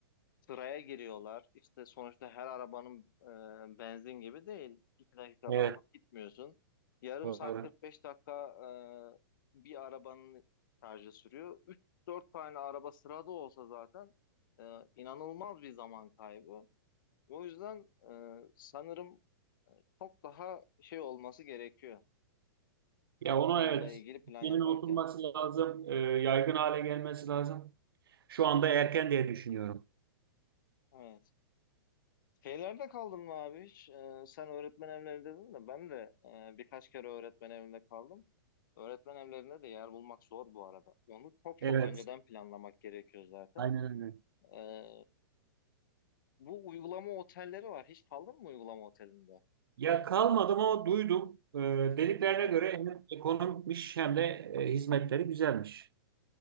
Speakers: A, on the left; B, on the right.
A: sıraya giriyorlar. İşte sonuçta her arabanın e, benzin gibi değil. İki dakikada
B: Evet,
A: alıp gitmiyorsun. Yarım
B: doğru.
A: saat 45 dakika e, bir arabanın şarjı sürüyor. 3-4 tane araba sırada olsa zaten e, inanılmaz bir zaman kaybı. O yüzden e, sanırım çok daha şey olması gerekiyor
B: Ya onu
A: onunla
B: evet,
A: ilgili plan
B: sistemin
A: yaparken.
B: oturması lazım, e, yaygın hale gelmesi lazım. Şu anda erken diye düşünüyorum.
A: Evet. Şeylerde kaldın mı abi hiç? E, sen öğretmen evlerinde dedin de ben de e, birkaç kere öğretmen evinde kaldım. Öğretmen evlerinde de yer bulmak zor bu arada. Onu çok çok
B: Evet,
A: önceden planlamak gerekiyor zaten.
B: aynen öyle.
A: E, bu uygulama otelleri var. Hiç kaldın mı uygulama otelinde?
B: Ya kalmadım ama duydum. Ee, dediklerine
A: Hı hı.
B: göre hem ekonomikmiş hem de e, hizmetleri güzelmiş.